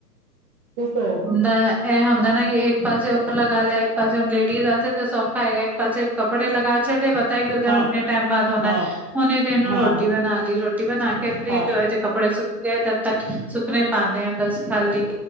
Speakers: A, on the right (about 25°); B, in the centre.
A: ਉਹ ਤਾਂ ਹੈ ਬਈ
B: ਹੁੰਦਾ ਇਹ ਹੁੰਦਾ ਨਾ ਕਿ ਇੱਕ ਪਾਸੇ ਲਗਾ ਲੈ, ਇੱਕ ਪਾਸੇ ਲੇਡੀਜ਼ ਆਸਤੇ ਤੇ ਸੌਖਾ ਹੈਗਾ ਇੱਕ ਪਾਸੇ ਕੱਪੜੇ ਲਗਾ ਛੱਡੇ ਪਤਾ ਕਿ ਉੱਧਰ
A: ਹਾਂ
B: ਇੰਨੇ ਟਾਈਮ ਬਾਅਦ ਹੋਣੈ
A: ਹਾਂ
B: ਹੁਣੇੇ ਦਿਨ ਨੂੰ
A: ਹਾਂ
B: ਰੋਟੀ ਰੋਟੀ ਬਣਾ ਲਈ ਰੋਟੀ ਬਣਾ ਕੇ ਫਿਰ
A: ਹਾਂ
B: ਜੋੇ ਕੱਪੜੇ ਸੁੂਖ ਗਏ ਤਦ ਤੱਕ ਸੁੂਖੇ ਪਾਨੇ ਹੈ ਬਸ। ਖਾਲੀ